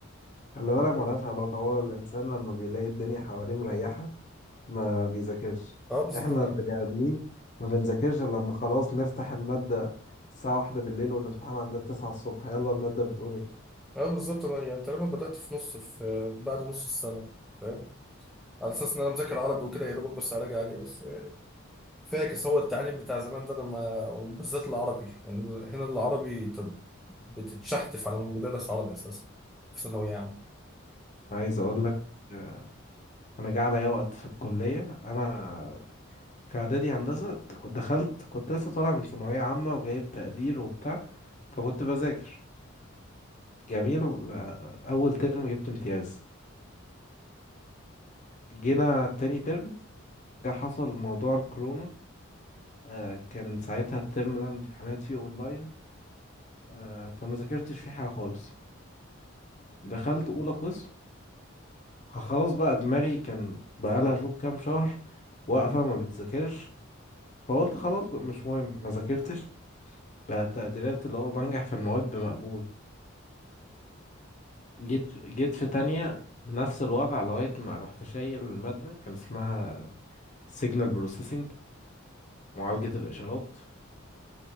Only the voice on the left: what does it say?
خلي بالك
ملهاش علاقه هو الانسان لما بيلاقي الدنيا حواليه مريحه ما بيذاكرش
احنا
البني ادمين ما بنذاكرش إلا لما خلاص نفتح المادة الساعة واحدة بالليل والامتحان عندنا تسعة الصبح يلا المادة بتقول ايه
انا عايز اقول لك آه، انا جه عليا وقت في الكليه انا في اعدادي هندسه د- كنت دخلت كنت لسه طالع من ثانويه عامه وجايب تقدير وبتاع فكنت بذاكر جميل لا- اول ترم جبت امتياز جينا تاني ترم جه حصل موضوع الكورونا آه، كان ساعتها الترم ده الامتحانات فيه اونلاين آه، فما ذاكرتش فيه حاجة خالص دخلت أولى قسم خلاص بقى دماغي كان بقالها شوف كام شهر واقفة ما بتذاكرش فقلت خلاص بقى مش مهم ما ذاكرتش بقى التقديرات اللي هو بنجح في المواد بمقبول جيت جيت في تانية نفس الوضع لغاية ما رحت شايل المادة كان اسمها سيجنال بروسيسنج معالجة الإشارات